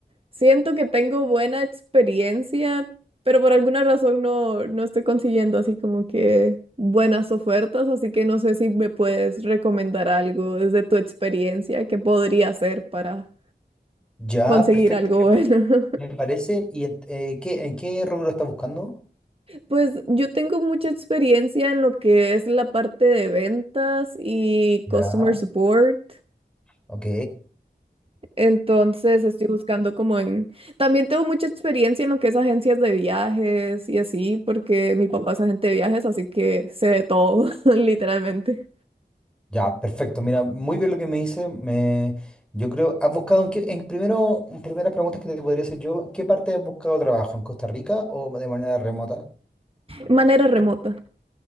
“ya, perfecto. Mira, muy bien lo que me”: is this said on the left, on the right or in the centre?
Centre